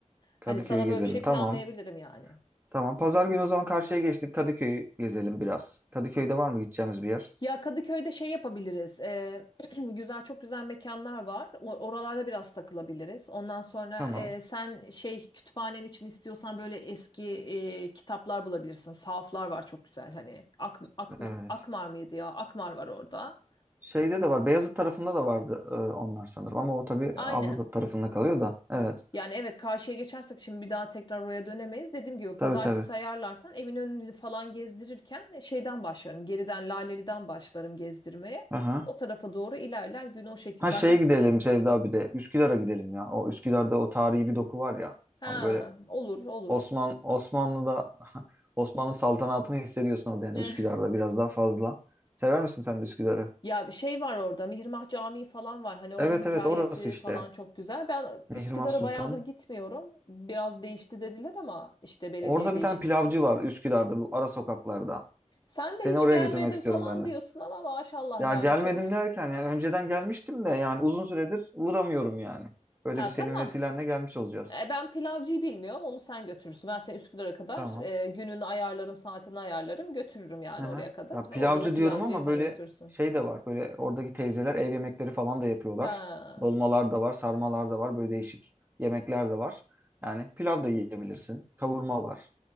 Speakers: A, on the right; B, on the left.
A: Kadıköy'ü
B: Hani sana
A: gezelim.
B: böyle bir şey
A: Tamam.
B: planlayabilirim yani.
A: Tamam. Pazar günü o zaman karşıya geçtik. Kadıköy'ü gezelim biraz. Kadıköy'de var mı gideceğimiz bir yer?
B: Ya Kadıköy'de şey yapabiliriz. Eee, <clears throat> güzel çok güzel mekanlar var. O- Oralarda biraz takılabiliriz. Ondan sonra
A: Tamam.
B: eee, sen şey kütüphanen için istiyorsan böyle eski eee, kitaplar bulabilirsin. Sahaflar var çok güzel. Hani Ak, Ak,
A: Evet.
B: Akmar mıydı ya? Akmar var orada.
A: Şeyde de var. Beyazıt tarafında da vardı e, onlar sanırım. Ama o tabii
B: Aynen.
A: Avrupa tarafında kalıyor da. Evet.
B: Yani evet karşıya geçersek şimdi bir daha tekrar oraya dönemeyiz. Dediğim gibi
A: Tabii
B: pazartesi
A: tabii.
B: ayarlarsan evin önünü falan gezdirirken şeyden başlarım. Geriden Laleli'den başlarım gezdirmeye.
A: Aha.
B: O tarafa doğru ilerler gün o şekil.
A: Ha
B: Zaten
A: şeye gidelim Sevda bir de. Üsküdar'a gidelim ya. O Üsküdar'da o tarihi bir doku var ya.
B: Ha,
A: Hani böyle
B: olur olur.
A: Osman
B: <laughs>
A: Osmanlı'da <laughs> Osmanlı saltanatını hissediyorsun orada yani
B: Ne?
A: Üsküdar'da biraz daha fazla. Sever misin sen de Üsküdar'ı?
B: Ya bir şey var orada Mihrimah Camii falan var. Hani oranın
A: Evet
B: hikayesi
A: evet orası işte.
B: falan çok güzel. Ben
A: Mihrimah
B: Üsküdar'a
A: Sultan.
B: bayağıdır gitmiyorum. Biraz değişti dediler ama işte belediye
A: Orada
B: değişti
A: bir tane pilavcı
B: falan.
A: var Üsküdar'da bu ara sokaklarda.
B: Sen
A: Seni
B: de hiç
A: oraya
B: gelmedin
A: götürmek istiyorum
B: falan
A: ben de.
B: diyorsun ama maşallah
A: Ya
B: yani
A: gelmedim
B: çok.
A: derken yani önceden gelmiştim de yani uzun süredir uğramıyorum yani.
B: <laughs>
A: Böyle
B: Ha
A: bir senin
B: tamam.
A: vesilenle gelmiş olacağız.
B: E, ben pilavcıyı bilmiyorum. Onu sen götürürsün. Ben seni Üsküdar'a kadar
A: Tamam.
B: e, gününü ayarlarım, saatini ayarlarım. Götürürüm yani
A: Aha.
B: oraya kadar.
A: Ya pilavcı
B: Orada da pilavcıyı
A: diyorum ama
B: sen
A: böyle
B: götürürsün.
A: şey de var. Böyle oradaki teyzeler ev yemekleri falan da yapıyorlar.
B: Ha.
A: Dolmalar da var, sarmalar da var. Böyle değişik yemekler de var. Yani pilav da yiyebilirsin. Kavurma var.